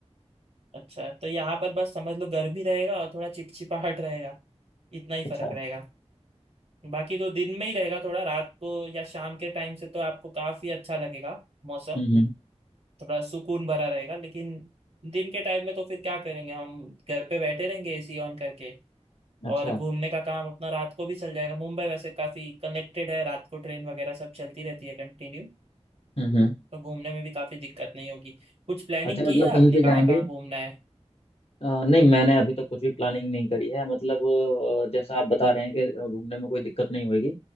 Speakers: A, on the right; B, on the left.
A: अच्छा तो यहाँ पर बस समझ लो गर्मी रहेगा और थोड़ा चिपचिपाहट रहेगा इतना ही
B: अच्छा
A: फर्क रहेगा बाकी तो दिन में ही रहेगा थोड़ा रात को या शाम के टाइम से तो आपको काफी अच्छा लगेगा मौसम
B: हम्म हम्म
A: थोड़ा सुकून भरा रहेगा लेकिन दिन के टाइम में तो फिर क्या करेंगे हम घर पे बैठे रहेंगे एसी ऑन करके
B: अच्छा
A: और घूमने का काम अपना रात को भी चल जाएगा मुंबई वैसे काफी कनेक्टेड है रात को ट्रेन वगैरह सब चलती रहती है कंटिन्यू
B: हम्म हम्म
A: तो घूमने में भी काफी दिक्कत नहीं होगी कुछ प्लानिंग
B: अच्छा
A: की
B: मतलब
A: है
B: कहीं
A: आपने
B: पे
A: कहाँ
B: जाएंगे
A: कहाँ घूमना है
B: अ, नहीं मैंने अभी तक कुछ भी प्लानिंग नहीं करी है मतलब अ, जैसा आप बता रहे हैं कि अ, घूमने में कोई दिक्कत नहीं होगी